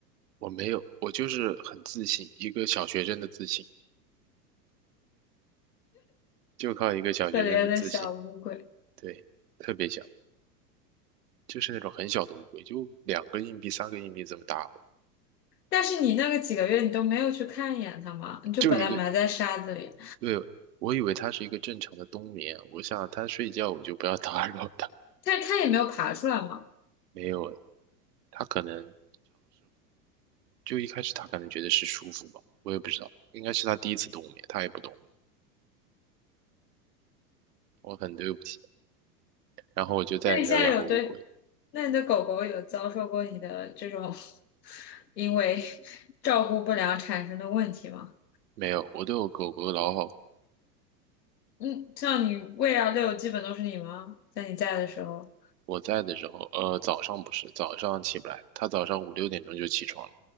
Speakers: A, on the right (about 70°); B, on the left (about 80°).
A: 我没有，我就是很自信，一个小学生的自信，就靠一个小学生的自信，
B: 可怜的小乌龟。
A: 对，特别小。就是那种很小的乌龟，就两个硬币、三个硬币这么大，
B: 但是你那个几个月你都没有去看一眼它嘛，你就把它埋在沙子里，
A: 就一个。对，我以为它是一个正常的冬眠，我想它睡觉我就不要打扰它，
B: 但是它也没有爬出来嘛。
A: 因为它可能就一开始它可能觉得是舒服吧，我也不知道，应该是它第一次冬眠，它也不懂，我很对不起。然后我就再也没有养过乌龟，
B: 那你现在有对，那你的狗狗有遭受过你的这种因为照顾不良产生的问题吗？
A: 没有，我对我狗狗老好。
B: 嗯，像你喂啊遛，基本都是你吗？在你在的时候，
A: 我在的时候，呃，早上不是，早上起不来，它早上五六点钟就起床了。